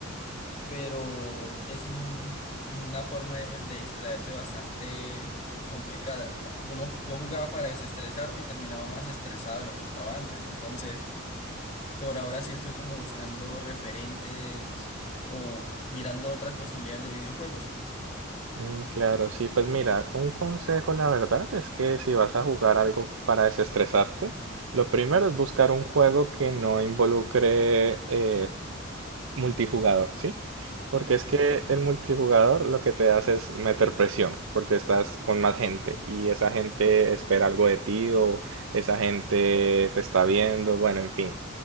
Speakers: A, on the left (about 35°); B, on the right (about 75°).
A: pero es un- una forma de, de distraerse bastante complicada. O sea, uno, yo jugaba para desestresarme y terminaba más estresado de lo que estaba antes. Entonces, por ahora sí estoy como buscando referentes o mirando otras posibilidades de videojuegos.
B: Mm, claro, sí, pues mira, un consejo la verdad es que si vas a jugar algo para desestresarte, lo primero es buscar un juego que no involucre eh, multijugador, ¿sí? Porque
A: Sí,
B: es que el multijugador lo que te hace es meter presión, porque estás con más gente y esa gente espera algo de ti o esa gente te está viendo, bueno, en fin.